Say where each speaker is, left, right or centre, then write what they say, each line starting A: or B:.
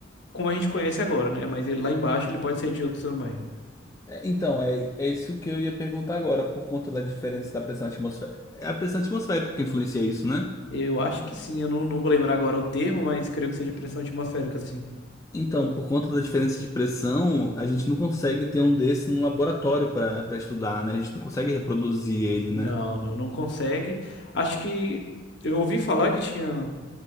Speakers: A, on the left; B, on the left.
A: como a gente conhece agora, né? Mas ele, lá embaixo ele pode ser de outro tamanho.
B: é, então, é, é isso que eu ia perguntar agora, por conta da diferença da pressão atmosférica. É a pressão atmosférica que influencia isso, né?
A: Eu acho que sim, eu não, não vou lembrar agora o termo, mas creio que seja pressão atmosférica, sim.
B: Então, por conta da diferença de pressão, a gente não consegue ter um desse num laboratório para para estudar, né? A gente não consegue reproduzir ele,
A: Não,
B: né?
A: não não consegue. Acho que eu ouvi falar que tinha